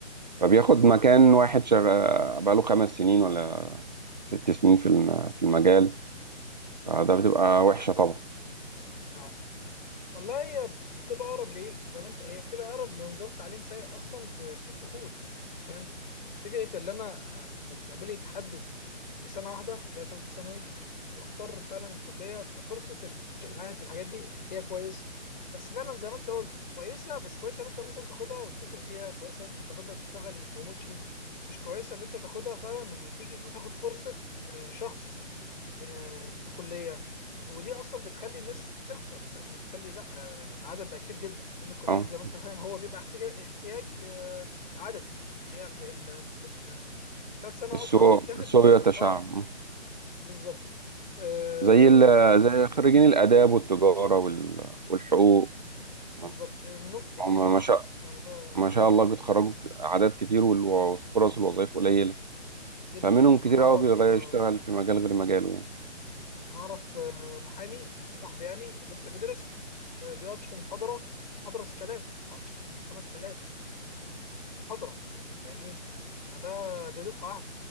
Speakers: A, on the right (about 35°); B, on the left (about 40°).
A: فبياخد مكان واحد شغال بقاله خمس سنين ولا ست سنين في الم- في المجال فده بتبقى وحشه طبعا
B: اه والله هي بتبقى اقرب ليه زي ما انت هي بتبقى اقرب لنظام تعليم سيء اصلا في في الدخول يعني انت فاهم فكره ان انا آه، مستقبلي يتحدد بسنه واحده اللي هي ثالثه ثانوي واختار فعلا الكليه ففرصه المعاهد والحاجات دي هي كويسه بس فعلا زي ما انت قلت كويسه بس كويسه ان انت مثلا تاخدها وتسافر بيها كويسه ان انت تاخدها وتشتغل ريموتلي مش كويسه ان انت تاخدها فعلا وتيجي وتاخد فرصه آه، شخص آه، في كليه ودي اصلا بتخلي الناس تكتر فاهمني بتخلي لا آه، العدد بقى كتير جدا لان الكليات
A: اه
B: زي ما انت فاهم هو بيبقى احتياج احتياج آه، عددي يعني هي ال- ال- ال- الثالث ثانوي
A: السوق
B: اصلا بيتاخد
A: السوق يتشعب
B: اه
A: مم.
B: بالظبط آه
A: زي ال... زي خريجين الآداب والتجارة وال... والحقوق تمام
B: بالظبط آه، منهم كتير
A: هم
B: جدا
A: ما شاء
B: فده
A: ما
B: بالظبط
A: شاء الله بيتخرجوا أعداد كتير وال- وفرص الوظائف قليلة
B: جدا
A: فمنهم كتير
B: انا اعرف
A: قوي بيغير
B: آه،
A: يشتغل في مجال
B: معاك.
A: غير مجاله يعني
B: انا اعرف آه، محامي صاحبي يعني لسه بيدرس آه، بيقعد في محاضره محاضره 6000 ولا 5000 محاضره فاهمني فده ده دفعه واحده